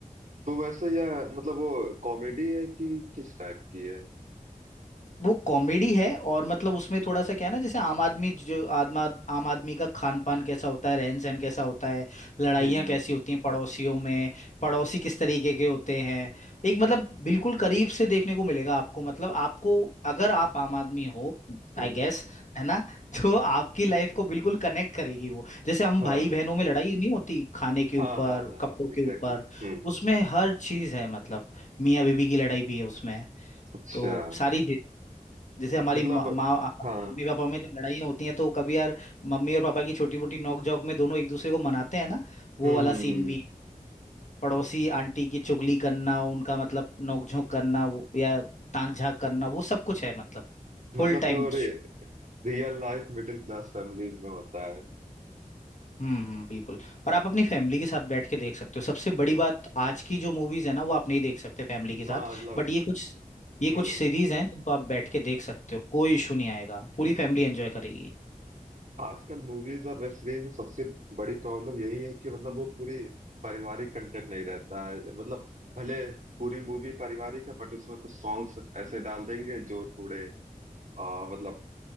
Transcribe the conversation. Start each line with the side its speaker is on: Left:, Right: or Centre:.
Right: तो वैसे यह मतलब वो कॉमेडी है कि किस टाइप की है
Left: वो कॉमेडी है और मतलब उसमें थोड़ा सा क्या है ना जैसे आम आदमी जो आदमा आम आदमी का खान पान कैसा होता है रहन सहन कैसा होता है लड़ाइयाँ
Right: हम्म
Left: कैसी होती हैं पड़ोसियों में पड़ोसी किस तरीके के होते हैं एक मतलब बिल्कुल करीब से देखने को मिलेगा आपको मतलब आपको अगर आप आम आदमी हो
Right: हम्म
Left: आई गेस है ना <laughs> तो आपकी लाइफ को बिल्कुल कनेक्ट करेगी वो जैसे हम
Right: <laughs> हाँ
Left: भाई बहनों में लड़ाई नहीं होती खाने के ऊपर
Right: हाँ हाँ हाँ
Left: कपड़ों
Right: एग्जैक्टली
Left: के ऊपर
Right: हम्म
Left: उसमें हर चीज है मतलब मियाँ बीवी की लड़ाई भी है उसमें
Right: अच्छा
Left: तो सारी जैसे हमारी
Right: मतलब
Left: माँ माँ-
Right: हाँ
Left: मम्मी पापा में जब लड़ाइयाँ होती हैं तो कभी यार मम्मी और पापा की छोटी मोटी नोक झोंक में दोनों एक दूसरे को मनाते हैं ना वो
Right: हम्म
Left: वाला
Right: हम्म
Left: सीन
Right: हम्म
Left: भी पड़ोसी आंटी की चुगली करना उनका मतलब नोक झोंक करना वो- या टांग झांक करना वो सब कुछ है मतलब
Right: मतलब
Left: फुल टाइम
Right: जो रे, real life middle class families में होता है
Left: हम्म हम्म, बिल्कुल और आप अपनी फैमिली के साथ बैठ के देख सकते हो सबसे बड़ी बात आज की जो मूवीज है ना वो आप नहीं देख सकते फैमिली के साथ
Right: हाँ मतलब
Left: बट ये कुछ ये
Right: हम्म
Left: कुछ सीरीज हैं जिनको आप बैठ के देख सकते हो कोई इशू नहीं आएगा पूरी फैमिली एंजॉय करेगी
Right: आजकल मूवीज और वेब सीरीज में सबसे बड़ी प्रॉब्लम यही है कि मतलब वो पूरी पारिवारिक कंटेंट नहीं रहता है मतलब भले पूरी मूवी पारिवारिक है बट उसमें कुछ सॉन्ग्स ऐसे डाल देंगे जो थोड़े आ, मतलब